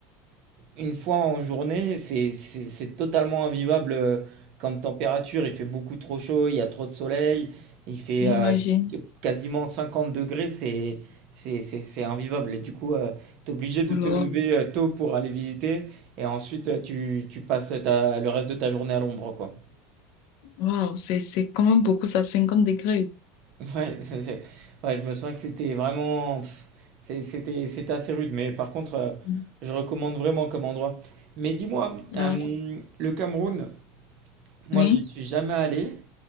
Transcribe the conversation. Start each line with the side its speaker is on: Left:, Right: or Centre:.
Right: une fois en journée, c'est c'est- c'est totalement invivable euh, comme température. Il fait beaucoup trop chaud, il y a trop de soleil, il fait
Left: j'imagine.
Right: euh, qu- quasiment 50 degrés, c'est c'est- c'est- c'est invivable. Et du coup, tu es obligé de
Left: Oh
Right: te
Left: là.
Right: lever euh, tôt pour aller visiter et ensuite euh, tu, tu passes ta- le reste de ta journée à l'ombre, quoi.
Left: Waouh, c'est, c'est quand même beaucoup ça, 50 degrés.
Right: <laughs> Ouais, c'est- c'est- ouais, je me souviens que c'était vraiment... pff, c'est- C'était c'était assez rude, mais par contre, euh,
Left: Mm.
Right: je recommande vraiment comme endroit. Mais dis-moi, euh,
Left: Ah, ça-
Right: le Cameroun... Moi,
Left: oui.
Right: j'y suis jamais allé.